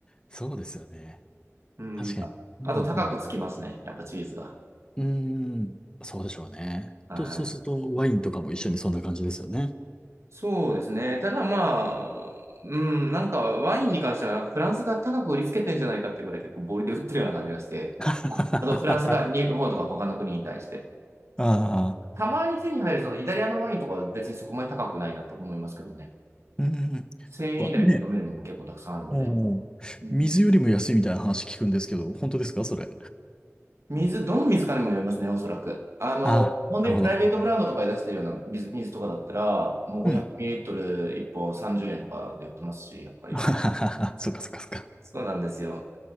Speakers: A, on the left; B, on the right.
A: そうですよね。
B: うん。
A: 確かに。
B: ああと高くつきますね。
A: うん、
B: やっぱチーズが。
A: うん。うーん、そうでしょうね。
B: はい。
A: と、そうすると、ワインとかも一緒にそんな感じですよね。
B: そうですね。ただまあ、うん、なんかワインに関してはなんかフランスが高く売りつけてんじゃないかってぐらい結構ボリで売ってるような感じがして。
A: <laughs>
B: ああとフランスが日本とか他の国に対して。
A: ああ、
B: たまに手に入るそのイタリアのワインとかは別にそこまで高くないなって思いますけどね。
A: うん。だ
B: 千円以内で飲めるものも結構たくさんあるので。
A: からねおお水よりも安いみたいな話聞くんですけど、
B: うん
A: 本当ですかそれ。
B: 水、どの水かにもよりますね、おそらく。あの、
A: ああ、
B: 本当にプライベートブランドとかで出してるような水、
A: なるほど。
B: 水とかだったら、もう
A: うん。
B: 500ml 1本30円とかで売ってますし、やっぱり。
A: <laughs> そっかそっかそっか。
B: そうなんですよ。